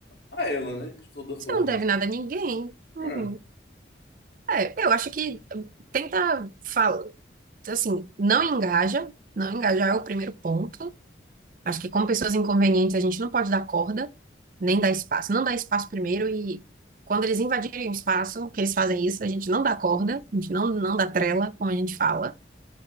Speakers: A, on the left; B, on the right.
A: a ela, né? De toda forma,
B: Você não deve
A: assim.
B: nada a ninguém. Uhum.
A: É.
B: É, eu acho que hum, tenta falar, assim, não engaja, não engajar é o primeiro ponto. Acho que com pessoas inconvenientes a gente não pode dar corda, nem dar espaço. Não dá espaço primeiro e quando eles invadirem o espaço, que eles fazem isso, a gente não dá corda, a gente não, não dá trela, como a gente fala.